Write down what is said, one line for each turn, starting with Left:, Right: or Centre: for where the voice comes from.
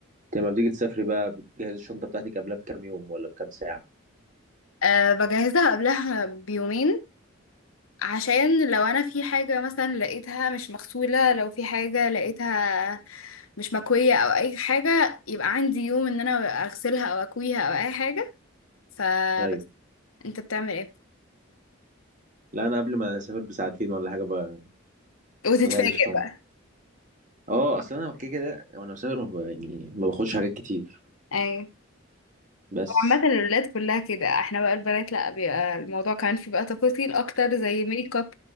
Right: انت لما بتيجي تسافري بقى بتجهز الشنطة بتاعتك قبلها بكام يوم ولا بكام ساعة
Left: أه بجهزها قبلها بيومين عشان لو انا في حاجة مثلا لقيتها مش مغسولة لو في حاجة لقيتها مش مكوية او اي حاجة يبقى عندي يوم ان انا اغسلها او اكويها او اي حاجة فبس
Right: ايوه
Left: انت بتعمل ايه
Right: لا انا قبل ما اسافر بساعتين ولا حاجة ب-
Left: وتتفاجئ
Right: بجهز الشنطة
Left: بقى
Right: اه اصل انا كده كده وانا مسافر ما ب- يعني ما باخدش حاجات كتير
Left: ايوه
Right: بس
Left: هو عامة الولاد كلها كده احنا بقى البنات لا بيبقى الموضوع كمان في بقى تفاصيل اكتر زي ميك اب